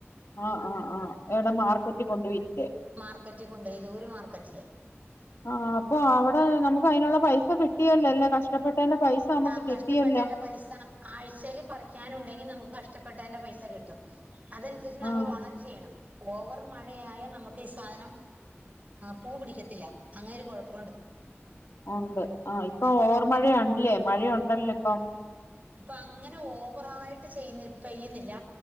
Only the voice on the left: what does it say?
ആഹ് ആഹ് ആഹ് എവിടെ മാർക്കറ്റിൽ കൊണ്ട് വിറ്റ്
ആഹ് അപ്പൊ അവിടെ നമുക്ക് അതിനുള്ള പൈസ കിട്ടിയല്ലോ അല്ലേ കഷ്ടപ്പെട്ടേന്റെ പൈസ നമുക്ക്
കിട്ടിയല്ലോ
ആഹ്
ഉണ്ട് ആഹ് ഇപ്പൊ ഓവർ മഴല്ലേ മഴയുണ്ടല്ലോ ഇപ്പം